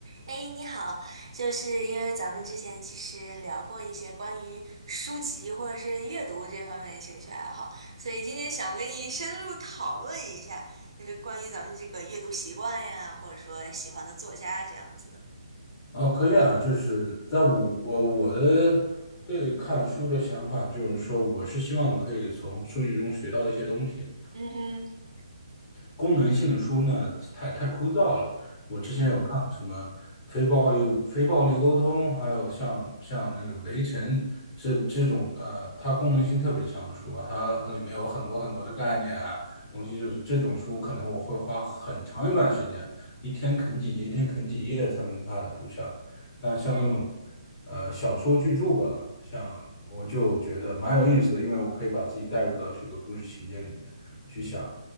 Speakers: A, on the right; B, on the left.
A: 哎，你好，就是因为咱们之前其实聊过一些关于书籍或者是阅读这方面的兴趣爱好，所以今天想跟你深入讨论一下，就是关于咱们这个阅读习惯呀，或者说喜欢的作家这样子的。
B: 哦，可以啊，就是在我我我的对看书的想法，就是说，我是希望可以从数据中学到一些东西的，
A: 嗯哼，
B: 功能性的书呢，太太枯燥了。我之前有看过什么非暴力、
A: 嗯
B: 非暴力沟通，还有像像那个《围城》这这种呃，它功能性特别强的书啊它里面有很多很多的概念啊东西，就是这种书可能我会花很长一段时间，一天啃几页，一天啃几页才能把它读下来。但像这种
A: 嗯，
B: 呃小说巨著吧，像我就觉得蛮有意思的，因为我可以把自己带入到这个故事情节里面去想，